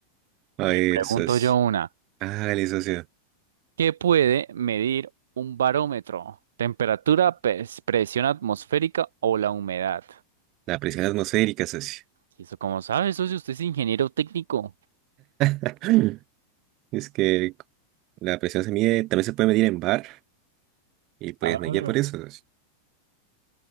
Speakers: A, on the right; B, on the right.
A: A ver,
B: le pregunto
A: socio.
B: yo una.
A: Hágale, socio.
B: ¿Qué puede medir un barómetro? ¿Temperatura, pres- presión atmosférica o la humedad?
A: La presión atmosférica, socio.
B: Y eso, como sabe socio, usted es ingeniero técnico.
A: <clears throat> Es que la presión se mide, también se puede medir en bar y pues
B: Ah.
A: me guía por eso, socio.